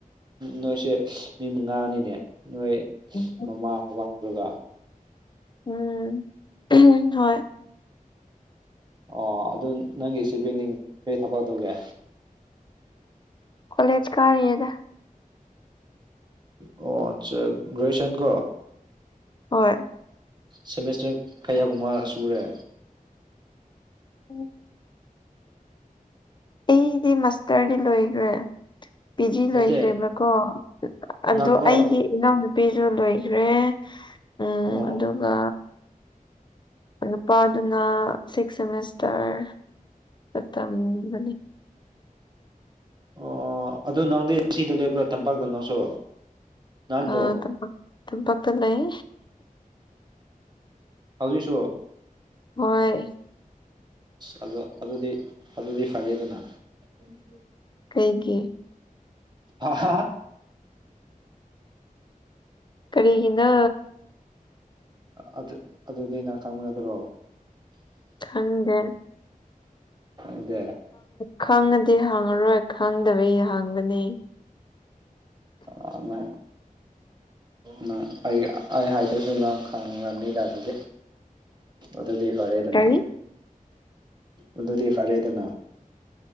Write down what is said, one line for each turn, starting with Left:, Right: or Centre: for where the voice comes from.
Right: ꯅꯣꯏꯁꯦ ꯃꯤ ꯃꯉꯥꯅꯤꯅꯦ ꯅꯣꯏ
Left: ꯎꯝ
Right: ꯃꯃꯥ ꯕꯕꯥ ꯑꯗꯨꯒ
Left: ꯎꯝ ꯍꯣꯏ
Right: ꯑꯣ ꯑꯗꯨ ꯅꯪꯒꯤꯁꯤ ꯕꯦꯟꯗꯤꯡ ꯀꯩ ꯊꯕꯛ ꯇꯧꯒꯦ
Left: ꯀꯂꯦꯖ ꯀꯥꯔꯔꯤꯦꯗ
Right: ꯑꯣ ꯑꯠꯆꯥ ꯒ꯭ꯔꯦꯖꯨꯌꯦꯁꯟ ꯀꯣ
Left: ꯍꯣꯏ
Right: ꯁꯦꯃꯦꯁꯇꯔ ꯀꯌꯥꯒꯨꯝꯕ ꯁꯨꯔꯦ
Left: ꯎꯝ ꯑꯩꯗꯤ ꯃꯥꯁꯇꯔꯗꯤ ꯂꯣꯏꯈ꯭ꯔꯦ ꯄꯤ ꯖꯤ
Right: ꯅꯠꯇꯦ
Left: ꯂꯣꯏꯈ꯭ꯔꯦꯕ꯭ꯔꯥꯀꯣ ꯑꯗꯣ
Right: ꯅꯪꯀꯣ
Left: ꯑꯩꯒꯤ ꯏꯅꯥꯎ ꯅꯨꯨꯄꯤꯁꯨ ꯂꯣꯏꯈ꯭ꯔꯦ ꯎꯝ
Right: ꯑꯣ
Left: ꯑꯗꯨꯒ ꯅꯨꯄꯥꯗꯨꯅ ꯁꯤꯛꯁ ꯁꯦꯃꯤꯁꯇꯔ ꯇꯝꯒꯅꯤ
Right: ꯑꯣ ꯑꯗꯨ ꯅꯪꯗꯤ ꯁꯤꯗ ꯂꯩꯕ꯭ꯔꯣ ꯇꯝꯄꯥꯛꯇ ꯅꯪꯁꯨ ꯅꯍꯥꯟꯗꯣ
Left: ꯑ ꯇꯝꯄ ꯇꯝꯄꯥꯛꯇ ꯂꯩ
Right: ꯍꯧꯖꯤꯛꯁꯨ
Left: ꯍꯣꯏ
Right: ꯑ ꯑꯗꯣ ꯑꯗꯨꯗꯤ ꯑꯗꯨꯗꯤ ꯐꯔꯦꯗꯅ ꯎꯝ
Left: ꯀꯩꯒꯤ
Right: ꯍ ꯍ
Left: ꯀꯔꯤꯒꯤꯅ
Right: ꯑꯗꯨ ꯑꯗꯨꯗꯤ ꯅꯍ ꯈꯪꯃꯤꯟꯅꯗ꯭ꯔꯣ
Left: ꯈꯪꯗꯦ
Right: ꯑꯗꯨꯗꯦ
Left: ꯈꯪꯉꯗꯤ ꯍꯥꯡꯉꯔꯣꯏ ꯈꯪꯗꯕꯩ ꯍꯥꯡꯕꯅꯤ
Right: ꯑꯗꯨ ꯪ ꯑꯩ ꯑꯩ ꯍꯥꯏꯗꯁꯤꯅꯣ ꯈꯪꯅꯤꯡꯉꯝꯅꯤꯗ ꯑꯗꯨꯗꯤ ꯑꯗꯨꯗꯤ ꯍꯔꯦ ꯑꯗꯨꯅ
Left: ꯀꯔꯤ
Right: ꯑꯗꯨꯗꯤ ꯐꯔꯦꯗꯅ